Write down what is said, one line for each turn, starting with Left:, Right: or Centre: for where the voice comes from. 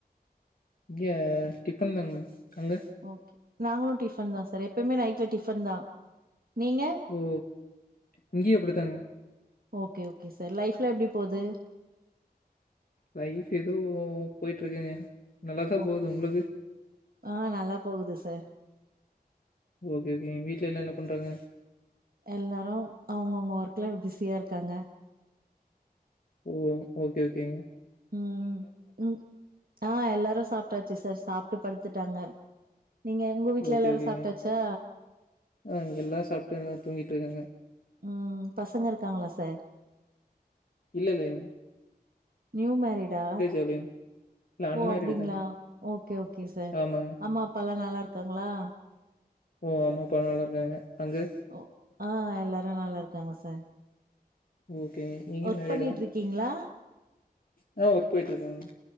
Left: இங்கெ டிஃபன் தாங்க அங்க
Right: ஓகே நாங்களு டிஃபன் தா சார் எப்பெவ்மே நைட்டில டிஃபன் தா நீங்க
Left: ஓ இங்கியு அப்டித்தாங்க
Right: ஓகே ஓகே சார் லைஃப்லா எப்டி போது
Left: லைஃப் எதோ போய்ட்டு இருக்குங்க நல்லாதா
Right: ஓகே
Left: போது உங்களுக்கு
Right: ஆ நல்லா போகுது சார்
Left: ஓகே ஓகேங்க வீட்ல எல்லா என்ன பண்றாங்க
Right: எல்லாரு அவ்ங்கவ்ங்க வர்க்ல பிஸியா இருக்காங்க
Left: ஓ ஓகே ஓகேங்
Right: ம் ம் ஆ எல்லாரு சாப்ட்டாச்சு சார் சாப்ட்டு படுத்துட்டாங்க நீங்க உங்க வீட்ல
Left: ஓகே
Right: எல்லாரு
Left: ஓகேங்க
Right: சாப்ட்டாச்சா
Left: ஆ இங்க எல்லா சாப்ட்டு நல்லா தூங்கிட்டுருக்காங்க
Right: ம் பசங்க இருக்காங்களா சார்
Left: இல்ல இல்லெங்
Right: நியூ மேரீட்டா
Left: ஆகலைங்க இல்ல அன்மேரிடு
Right: ஓ அப்டிங்ளா
Left: தாங்க
Right: ஓகே ஓகே சார்
Left: ஆமாங்க
Right: அம்மா அப்பா எல்லா நல்லா இருக்காங்களா
Left: ஓ ஆமா அப்பா நல்லா இருக்காங்க அங்க
Right: ஓ ஆ எல்லாரு நல்லா இருக்காங்க சார்
Left: ஓகே நீங்க
Right: ஒர்க்
Left: மேரீட்டா
Right: பண்ணிட்டு இருக்கீங்களா
Left: நா வர்க் போய்ட்டு இருக்கெங்க